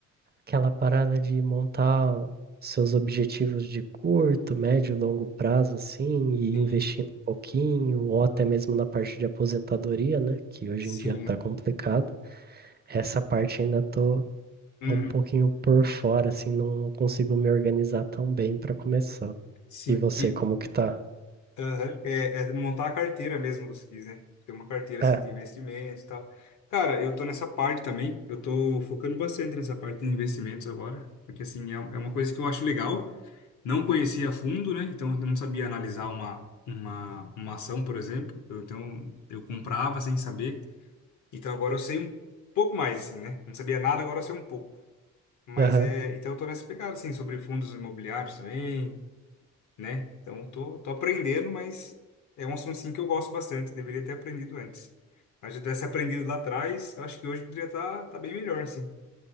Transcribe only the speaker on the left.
sim,
sim,
uhum,
sim,
que
aham. É, é montar a carteira mesmo, você diz, né? Ter uma carteira assim
de investimentos e tal. Cara, eu tô nessa parte também. Eu tô focando bastante nessa parte de investimentos agora, porque assim é, é uma coisa que eu acho legal. não conhecia a fundo, né? Então eu não sabia analisar uma, uma, uma ação, por exemplo. Eu, então eu comprava sem saber. Então agora eu sei um pouco mais, assim, né? Não sabia nada, agora eu sei um pouco. Mas
é. Então eu tô nessa pegada, assim, sobre fundos imobiliários também, né? Então eu tô, tô aprendendo, mas é um assunto, assim, que eu gosto bastante. Deveria ter aprendido antes. Mas se eu tivesse aprendido lá atrás, eu acho que hoje poderia estar tá, tá bem melhor, assim.